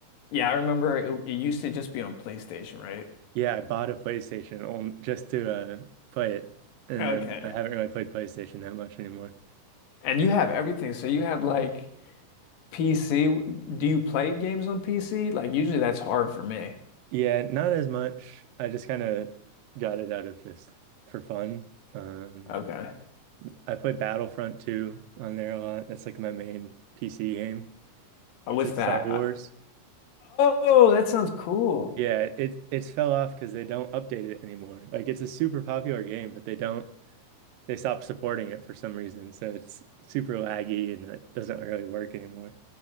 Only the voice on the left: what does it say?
Yeah, I remember it, it used to just be on PlayStation, right?
Okay.
And you have everything. So you have like PC. Do you play games on PC? Like usually that's hard for me.
Okay.
Uh, With
that,
I, oh, that sounds cool.